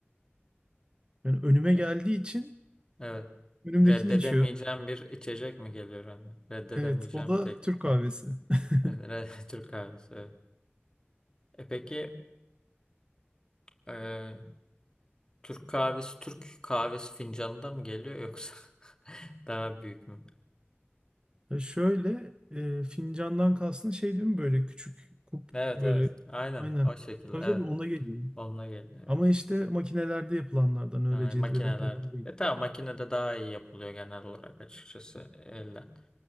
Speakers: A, on the right (about 20°); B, on the left (about 20°).
A: Yani önüme geldiği
B: E, e,
A: için
B: Evet.
A: önümdekini
B: Reddedemeyeceğim
A: içiyorum.
B: bir içecek mi geliyor önüne? Reddedemeyeceğim
A: Evet, o da
B: tek.
A: Türk kahvesi.
B: Evet.
A: <laughs>
B: Evet, re- <laughs> Türk kahvesi. evet. E peki e, Türk kahvesi Türk kahvesi fincanında mı geliyor yoksa <laughs> daha büyük mü?
A: Ya şöyle e, fincandan kastın şey değil mi böyle küçük kup
B: Evet
A: böyle
B: evet. Aynen
A: aynen.
B: o şekilde
A: Tabii
B: evet.
A: tabii ona geliyor.
B: Onunla geliyor. Evet.
A: Ama işte makinelerde yapılanlardan öyle
B: Ha,
A: cezvede
B: makinelerde.
A: falan değil.
B: E tamam makinede daha iyi yapılıyor genel olarak açıkçası elden.